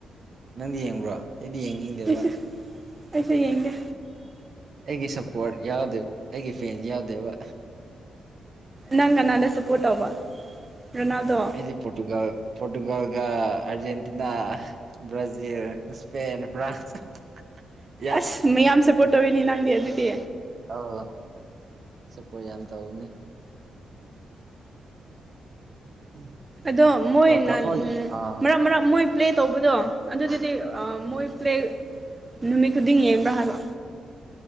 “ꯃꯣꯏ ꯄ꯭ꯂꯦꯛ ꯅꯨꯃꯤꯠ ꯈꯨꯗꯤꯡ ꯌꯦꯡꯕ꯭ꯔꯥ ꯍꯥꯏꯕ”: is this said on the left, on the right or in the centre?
Right